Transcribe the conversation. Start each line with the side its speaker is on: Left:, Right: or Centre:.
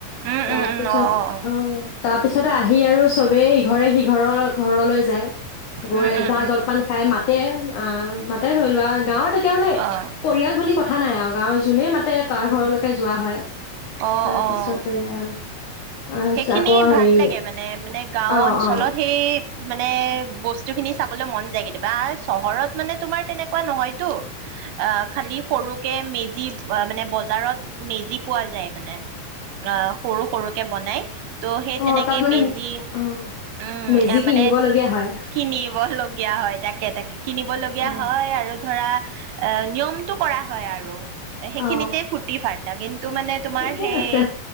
Right: উম,
Left: তাৰপিছত,
Right: উম, উম, উম, অ', অ', অ',
Left: আহ তাত পিছতে আহি আৰু চবেই ইঘৰে-সিঘৰৰ ঘৰলৈ যায়। গৈ
Right: উম, উম,
Left: জা
Right: উম,
Left: জলপান খাই মা তাতে, মাতে ধৰি লোৱা গাঁৱৰ ত
Right: অঁ
Left: পৰিয়াল বুলি কথা নাই আৰু গাঁৱৰ যোনেই মাতে তই ঘৰলৈকে যোৱা হয়।
Right: অ',
Left: তাৰপিছতে
Right: অ', অ'।
Left: আহ
Right: সেইখিনি
Left: আকৌ হেৰি
Right: ভাল লাগে মানে, মানে গাঁও
Left: অ
Right: অঞ্চলত,
Left: অ
Right: সেই মানে বস্তু খিনি চাবলৈ মন যায় কেতিয়াবা, চহৰত মানে তোমাৰ তেনেকুৱা নহয় টো, অ সালি সৰুকে মে যি মানে বজাৰত মেজি পোৱা যায় মানে অ সৰু-সৰুকে বনাই ত' সেই
Left: অ
Right: তেনেকে
Left: তাত মানে
Right: মেজি
Left: অ
Right: উম
Left: মেজি কিনিবলগীয়া
Right: মানে
Left: হয়
Right: কিনিব লগগীয়া হয়, তাকে- তাকে কিনিবলগীয়া
Left: অ
Right: হয়, আৰু ধৰা এ নিয়মটো কৰা হয় আৰু সেইখিনিতে
Left: অ
Right: ফুটি ফাৰটা কিন্তু মানে তোমাৰ
Left: ঠিকে
Right: সেই
Left: আছে